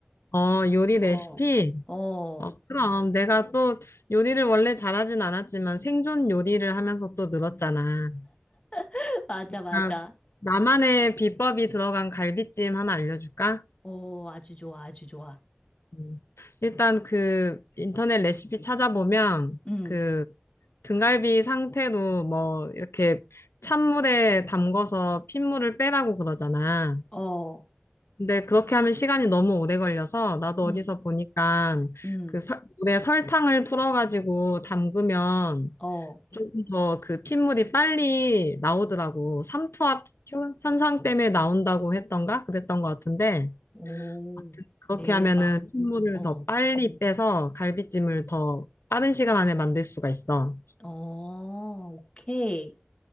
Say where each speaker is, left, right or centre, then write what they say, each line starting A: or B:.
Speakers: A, on the left; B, on the left.
A: 어, 요리 레시피?
B: 어, 어,
A: 어, 그럼. 내가 또 요리를 원래 잘하진 않았지만 생존 요리를 하면서 또 늘었잖아.
B: <laughs> 맞아, 맞아.
A: 그러니까 나만의 비법이 들어간 갈비찜 하나 알려줄까?
B: 어, 아주 좋아, 아주 좋아.
A: 음. 일단 그 인터넷 레시피 찾아보면
B: 응,
A: 그 등갈비 상태로 뭐 이렇게 찬물에 담궈서 핏물을 빼라고 그러잖아.
B: 어,
A: 근데 그렇게 하면 시간이 너무 오래 걸려서 나도
B: 응,
A: 어디서 보니까
B: 응,
A: 그 설- 물에 설탕을 풀어가지고 담그면
B: 어,
A: 조금 더 그 핏물이 빨리 나오더라고. 삼투압 효- 현상 때문에 나온다고 했던가? 그랬던 것 같은데
B: 오,
A: 아무튼 그렇게
B: 대박.
A: 하면은 핏물을
B: 어,
A: 더 빨리 빼서 갈비찜을
B: 응,
A: 더 빠른 시간 안에 만들 수가 있어.
B: 어, 오케이.